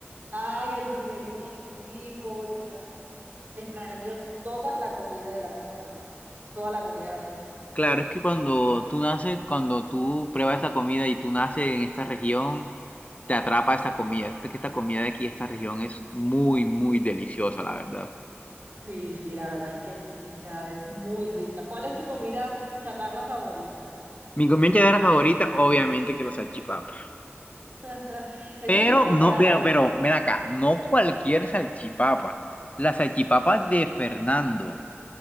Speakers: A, on the right (about 40°); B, on the left (about 30°).
A: ay, el buñuelito de frijol, o sea, extraño toda la comida de la costa, toda la comida de la costa.
B: Claro, es que cuando tú naces, cuando tú pruebas esta comida y tú naces en esta región, te atrapa esta comida. Esta, que esta comida de aquí, esta región es muy, muy deliciosa, la verdad.
A: Sí, sí, la verdad es que sí, o sea, es muy rica. ¿Cuál es tu comida chatarra favorita?
B: Mi comida llanera favorita, obviamente que la salchipapa.
A: <laughs> Ese
B: Pero
A: es tu pecado.
B: no, pero, pero, ven acá, no cualquier salchipapa. La salchipapa de Fernando.